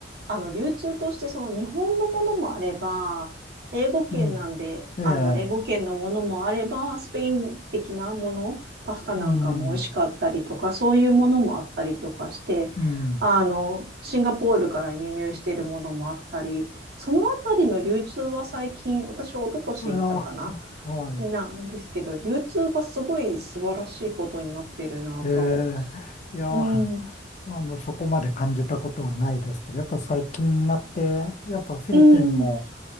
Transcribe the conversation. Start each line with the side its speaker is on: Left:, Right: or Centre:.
Right: あの、流通としてその日本のものもあれば、英語圏なんで、
Left: うん、ええ、
Right: あの、英語圏のものもあれば、スペイン的なもの、パスタなんかも美味しかったりとか、
Left: うん、う
Right: そういうものもあったりとかして、
Left: ん。
Right: あの、シンガポールから輸入しているものもあったり、そのあたりの流通は最近、私は一昨年行ったかな、
Left: いや、は
Right: なんですけど、流通がすごい素晴らしいことになっているなと。
Left: い。ええ、いや、
Right: うん、
Left: あ
Right: う
Left: の、そこまで感じたことはないですけど、やっぱ最近になって、やっぱフィリピンも、
Right: ん、
Left: す